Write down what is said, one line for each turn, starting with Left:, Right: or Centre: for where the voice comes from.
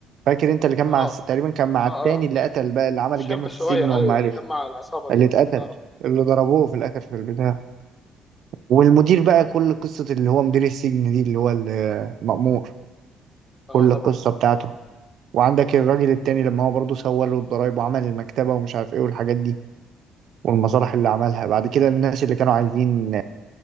Right: فاكر انت اللي كان مع
Left: اه
Right: الس- تقريبا كان مع
Left: اه
Right: التاني
Left: اه
Right: اللي قتل بقى اللي عمل
Left: الشاب
Right: الجريمه
Left: الصغير
Right: في السجن وما
Left: ايوه
Right: عرف
Left: اللي كان مع العصابه
Right: اللي
Left: دي ولا
Right: اتقتل
Left: اه
Right: اللي ضربوه في الاخر في البتاع والمدير بقى
Left: اه
Right: كل قصه اللي هو مدير السجن دي اللي هو المأمور
Left: آه،
Right: كل
Left: طبعا
Right: القصه بتاعته وعندك الراجل التاني لما هو برضه سوى له الضرايب وعمل المكتبه ومش عارف ايه والحاجات دي والمصالح اللي عملها بعد كده الناس اللي كانوا عايزين